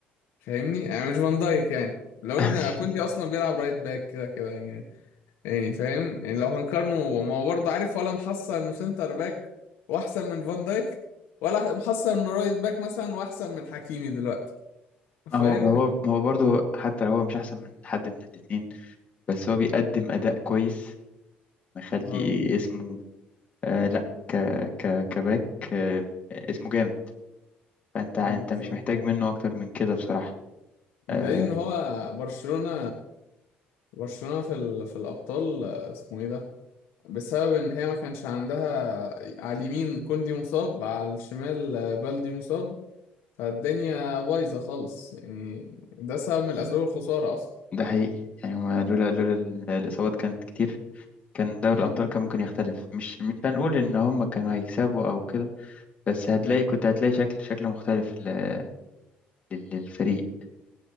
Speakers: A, on the left; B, on the left.
A: فاهمني يعني مش فان دايك يعني لو
B: <laughs>
A: ان كوندي اصلا بيلعب رايت باك كده كده يعني يعني فاهم يعني لو هنقارنه ما هو برضه عارف ولا محصل انه سنتر باك واحسن من فان دايك ولا محصل انه رايت باك مثلا واحسن من حكيمي دلوقتي <laughs> فاهم
B: ما هو هو ما هو برضه حتى لو هو مش احسن من حد من الاثنين بس هو بيقدم اداء كويس مخلي
A: اه
B: اسمه آه لا ك ك كباك آه اسمه جامد فانت انت
A: بالظبط
B: مش محتاج
A: اه
B: منه اكتر من كده بصراحة
A: بدليل
B: آه،
A: ان هو برشلونة برشلونة في ال... في الابطال آه، اسمه ايه ده بسبب ان هي ما كانش عندها على اليمين كوندي مصاب على الشمال آه، بالدي مصاب فالدنيا بايظة خالص يعني ده سبب من أسباب الخسارة أصلا
B: ده حقيقي يعني هما لولا لولا ال- الإصابات كانت كتير كان دوري
A: امم
B: الأبطال كان ممكن يختلف مش مش هنقول إن هما كانوا هيكسبوا أو كده بس هتلاقي
A: امم
B: كنت هتلاقي شكل شكل مختلف ل- لل- للفريق